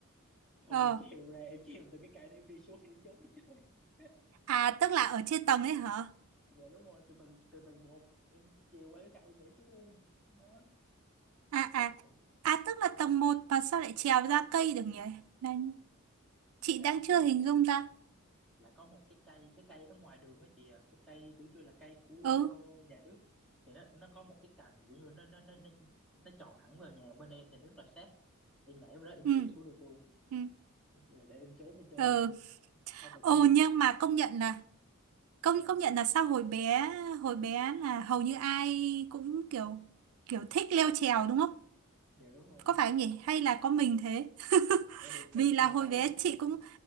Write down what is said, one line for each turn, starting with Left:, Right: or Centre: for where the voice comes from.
Centre: xong
Right: ờ
Centre: em trèo ra em trèo từ cái cây đó em đi xuống em trốn đi chơi <laughs>
Right: à tức là ở trên tầng ấy hả
Centre: dạ đúng rồi từ tầng từ tầng một em chiều qua cái cây em nhảy xuống luôn đó
Right: à à
Centre: rồi
Right: à tức là tầng một mà sao lại trèo ra cây được nhỉ là chị
Centre: là
Right: đang
Centre: có
Right: chưa
Centre: một
Right: hình dung ra
Centre: là có một cái cây cái cây ở ngoài đường á chị à cái cây kiểu như là cây của
Right: ừ
Centre: ờ, nhà nước thì nó nó có một cái cành kiểu như nó nó nó nó nó tròn thẳng vào nhà bên em thì nó rất là sát em nhảy vào đó em
Right: ừ
Centre: chèo xuống được luôn
Right: ừ
Centre: là để em trốn em chơi
Right: ừ
Centre: luôn không mà
Right: ừ
Centre: kiểu như
Right: nhưng mà công nhận là công
Centre: dạ
Right: công nhận là sao hồi bé hồi bé là hầu như ai cũng kiểu kiểu thích leo trèo đúng không
Centre: dạ đúng rồi
Right: có phải không nhỉ hay là có mình thế <laughs>
Centre: em
Right: vì
Centre: em
Right: là
Centre: em
Right: hồi
Centre: thấy
Right: bé chị cũng